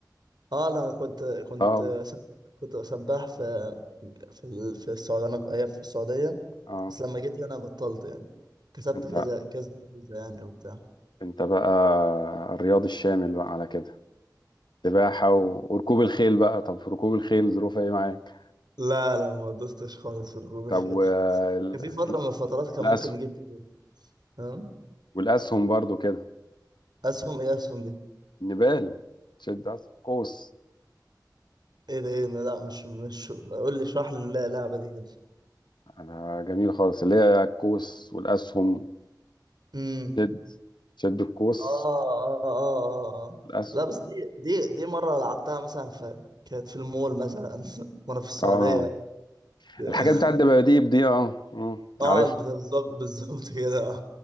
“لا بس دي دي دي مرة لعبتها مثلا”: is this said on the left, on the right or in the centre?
Right